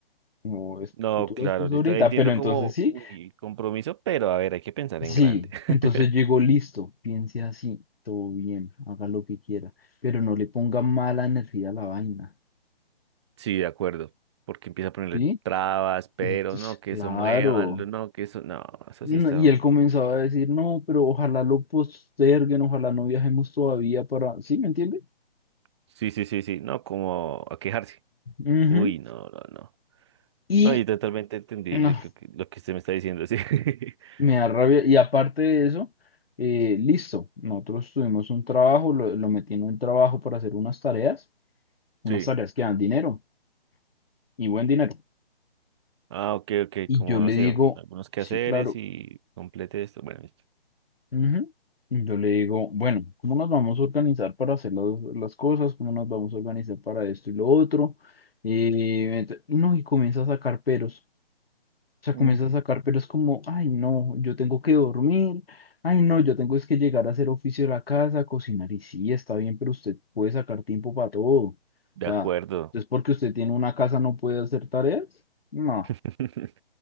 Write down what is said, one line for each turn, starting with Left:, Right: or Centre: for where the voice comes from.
Left: No, es
Right: No,
Left: futuro
Right: claro,
Left: es pues
Right: listo.
Left: ahorita,
Right: Entiendo
Left: pero entonces
Right: como,
Left: sí,
Right: uy, compromiso, pero a ver, hay que pensar
Left: sí,
Right: en grande. <laughs>
Left: entonces llegó listo, piense así, todo bien, haga lo que quiera, pero no le ponga mala energía a la vaina,
Right: Sí, de acuerdo. Porque empieza a ponerle
Left: ¿sí?
Right: trabas,
Left: <laughs>
Right: pero
Left: Entonces,
Right: no, que
Left: claro.
Right: eso muevan, no, que eso, no, eso
Left: No,
Right: sí está.
Left: y él comenzaba a decir, no, pero ojalá lo posterguen, ojalá no viajemos todavía para, ¿sí? ¿Me entiende?
Right: Sí, sí, sí, sí, no, como a quejarse.
Left: Ujú.
Right: Uy, no, no, no.
Left: Y
Right: No, y totalmente entendible
Left: no,
Right: lo que, lo que usted me está diciendo, sí. <laughs>
Left: me da rabia. Y aparte de eso, eh, listo, nosotros tuvimos un trabajo, lo, lo metí en un trabajo para hacer unas tareas. unas
Right: Sí.
Left: tareas que dan dinero y buen dinero.
Right: Ah, ok, ok,
Left: Y
Right: como
Left: yo le
Right: no sé,
Left: digo,
Right: algunos quehaceres
Left: sí, claro.
Right: y complete esto. Bueno, listo.
Left: ujú. Y Yo le digo, bueno, ¿cómo nos vamos a organizar para hacer las, las cosas? ¿Cómo nos vamos a organizar para esto y lo otro? Y ent- no, y comienza a sacar peros. O sea,
Right: Mm.
Left: comienza a sacar peros como, ay, no, yo tengo que dormir. Ay, no, yo tengo es que llegar a hacer oficio de la casa, cocinar. Y sí, está bien, pero usted puede sacar tiempo para todo. O
Right: De
Left: sea,
Right: acuerdo.
Left: es porque usted tiene una casa, no puede hacer tareas. No.
Right: <laughs>